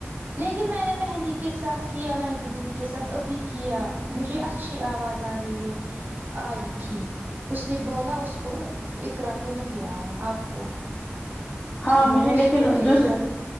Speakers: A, on the right; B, on the left.
A: لیکن میں نے مہندی کے ساتھ کیا مہندی دیدی کے ساتھ ابھی کیا مجھے اچھی آواز آ رہی ہے آئی تھی اس نے بولا اس کو اکرا کو نہیں آیا آپ کو
B: ہاں
A: اس نے بولا
B: مجھے
A: اس
B: لیکن
A: کو میرے
B: دوسرے
A: ساتھ